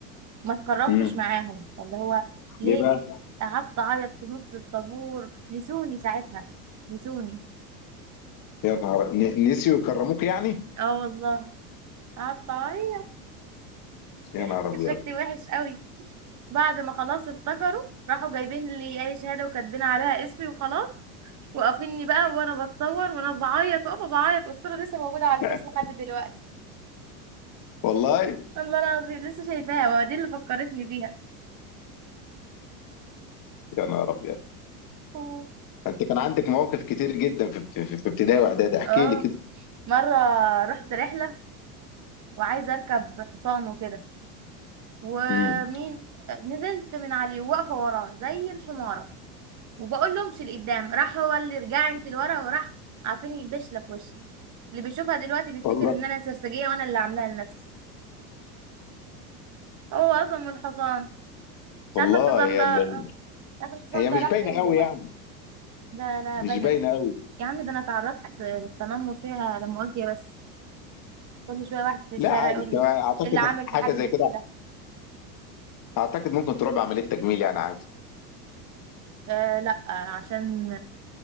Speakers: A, on the right; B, on the left.
A: ما اتكرمتش
B: امم
A: معاهم اللي هو ليه
B: ليه بقى؟
A: قعدت اعيط في نص الطابور نسوني ساعتها نسوني
B: يا نهار ن- نسيوا يكرموك يعني؟
A: اه والله قعدت اعيط
B: يا نهار
A: <laughs>
B: ابيض
A: شكلي وحش قوي بعد ما خلاص افتكروا راحوا جايبين لي اي شهاده وكاتبين عليها اسمي وخلاص وقفني بقى وانا بتصور وانا بعيط واقفه بعيط والصوره لسه موجوده على
B: <laughs>
A: الفيس لحد دلوقتي
B: والله
A: والله العظيم لسه شايفاها ودي اللي فكرتني بيها
B: يا نهار ابيض
A: آه.
B: انت كان عندك مواقف كتير جدا في في- في ابتدائي واعدادي احكي
A: اه
B: لي كده
A: مرة رحت رحلة وعايزة أركب حصان وكده ومين
B: امم
A: نزلت من عليه وواقفة وراه زي الحمارة وبقول له امشي لقدام راح هو اللي رجع انت لورا وراح عارفين يبشله في وشي اللي بيشوفها دلوقتي بيفتكر
B: والله
A: ان انا سرسجية وانا اللي عاملاها لنفسي هو اصلا من الحصان مش
B: والله
A: عارفة الحصان
B: يا
A: ده
B: ال-
A: مش عارفة الحصان
B: هي
A: ده
B: مش
A: راح
B: باينه
A: فين
B: قوي
A: دلوقتي
B: يعني
A: لا لا
B: مش
A: باينة
B: باينه
A: ده
B: قوي
A: يا عم ده انا اتعرضت للتنمر فيها لما قلت يا بس كل شويه واحد في الشارع
B: لا عادي
A: يقول لي
B: أنا اعتقد
A: ايه اللي عامل
B: حاجه
A: في حاجبك
B: زي كده
A: كده
B: اعتقد ممكن تروح بعمليه تجميل يعني عادي
A: آه لا آه، عشان